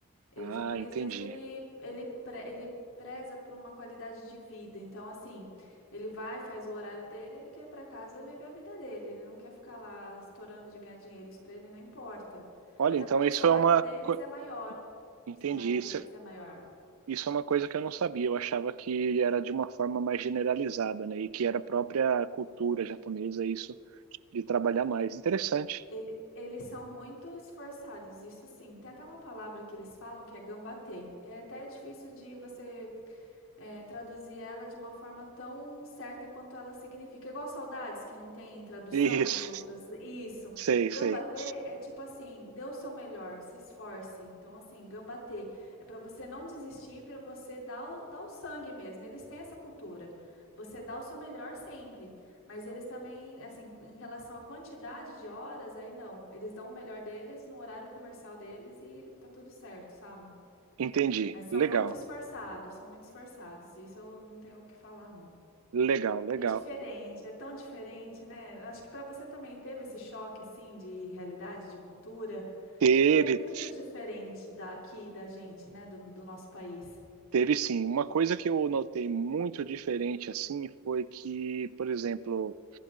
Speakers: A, on the left; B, on the right.
A: E
B: Ah,
A: o japonês
B: entendi.
A: mesmo, ele, ele, pre- ele preza por uma qualidade de vida. Então, assim, ele vai, faz o horário dele, ele quer ir para casa viver a vida dele. Ele não quer ficar lá estourando de ganhar dinheiro. Isso para ele não importa.
B: Olha,
A: Até
B: então
A: porque
B: isso
A: o salário
B: é uma.
A: deles
B: co-
A: é maior.
B: Entendi.
A: O salário
B: Isso,
A: deles é maior.
B: Isso é uma coisa que eu não sabia, eu achava que era de uma forma mais generalizada, né? E que era a própria cultura japonesa isso de trabalhar mais. Interessante.
A: Ele- eles são muito esforçados, isso sim. Tem até uma palavra que eles falam que é gambatê. É até difícil de você é, traduzir ela de uma forma tão certa quanto ela significa. Igual saudades, que não tem tradução
B: Isso.
A: nos outras. Isso.
B: Sei,
A: Gambatê
B: sei.
A: é tipo assim, dê o seu melhor, se esforce. Então, assim, gambatê é para você não desistir, para você dar o, dar o sangue mesmo. Eles têm essa cultura. Você dá o seu melhor sempre, mas eles também, assim, em relação à quantidade de horas, aí não. Eles dão o melhor deles no horário comercial deles e tá tudo certo, sabe?
B: Entendi.
A: Mas são
B: Legal.
A: muito esforçados, são muito esforçados. Isso eu não tenho o que falar, não.
B: Legal, legal.
A: É diferente, é tão diferente, né? Acho que para você também teve esse choque assim de realidade, de cultura,
B: Teve,
A: porque é muito diferente daqui da gente, né? Do, do nosso país.
B: teve sim. Uma coisa que eu notei muito diferente assim foi que, por exemplo,